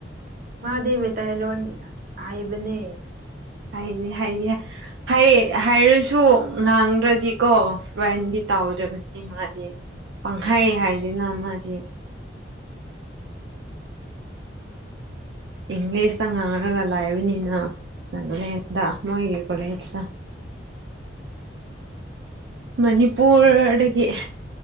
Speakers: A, on the right; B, on the right.
A: ꯃꯥꯗꯤ ꯃꯩꯇꯩꯂꯣꯟ ꯍꯥꯏꯕꯅꯦ
B: ꯍꯥꯏꯅꯤ ꯍꯥꯏꯅꯤ ꯍꯩ ꯍꯥꯏꯔꯁꯨ ꯉꯥꯡꯗ꯭ꯔꯗꯤꯀꯣ ꯂꯥꯏꯅꯗꯤ
A: ꯎꯝ
B: ꯇꯧꯗꯕꯅꯤ ꯃꯥꯗꯤ ꯄꯥꯡꯍꯩ ꯍꯥꯏꯗꯅ ꯃꯥꯗꯤ ꯏꯪꯂꯤꯁꯇ ꯉꯥꯡꯔꯒ ꯂꯥꯏꯕꯅꯤꯅ ꯅꯦꯗ ꯃꯣꯏꯒꯤ ꯀꯂꯦꯜꯖ ꯃꯅꯤꯄꯨꯔꯗꯒꯤ